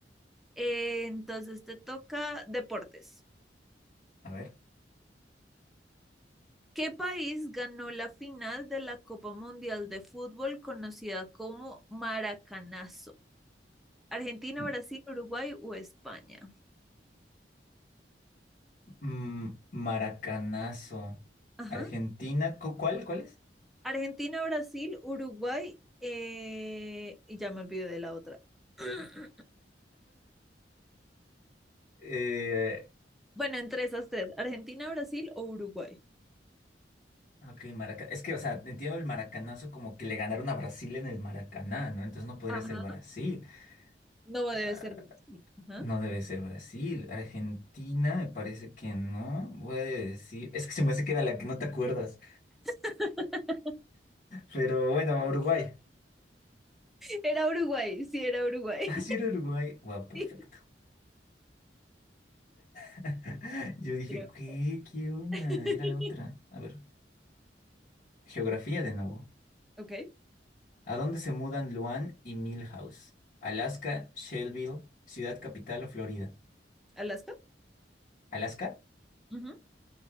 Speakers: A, in the centre; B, on the left.
A: eh, entonces te toca deportes.
B: A ver.
A: ¿Qué país ganó la final de la Copa Mundial de Fútbol conocida como Maracanazo? Argentina,
B: M-
A: Brasil, Uruguay o España.
B: m- Maracanazo.
A: Ajá.
B: Argentina, ¿cu- ¿cuál? ¿Cuál es?
A: Argentina, Brasil, Uruguay eh, y ya me olvidé de la otra. <clears throat>
B: Eh,
A: Bueno, entre esas tres, Argentina, Brasil o Uruguay.
B: Ah, Ok, Maraca- Es que, o sea, entiendo el maracanazo como que le ganaron a Brasil en el Maracaná, ¿no? Entonces no podría
A: Ajá.
B: ser Brasil.
A: No
B: Eh,
A: debe ser. Brasil. Ajá.
B: No debe ser Brasil. Argentina, me parece que no. Voy a decir. Es que se me hace que era la que no te acuerdas.
A: <laughs>
B: Pero bueno, Uruguay. <laughs>
A: Era Uruguay, sí, era Uruguay.
B: Ah, sí, era Uruguay. Wow, perfecto.
A: <laughs>
B: <laughs> Yo dije,
A: Pero-
B: ¿qué? ¿Qué onda?
A: <laughs>
B: Era la otra. A ver. Geografía de nuevo.
A: Ok,
B: ¿A dónde se mudan Luan y Milhouse? ¿Alaska, Shelbyville, Ciudad Capital o Florida?
A: Alaska.
B: ¿Alaska?
A: Ujú.